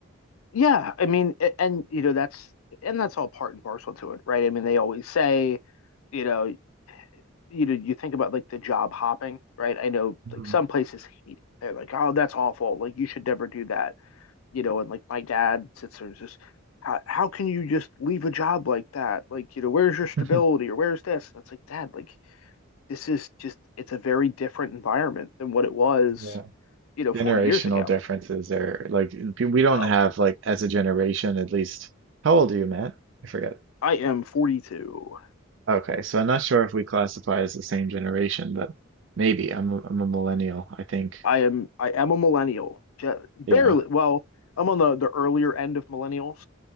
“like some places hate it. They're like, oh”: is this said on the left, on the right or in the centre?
Left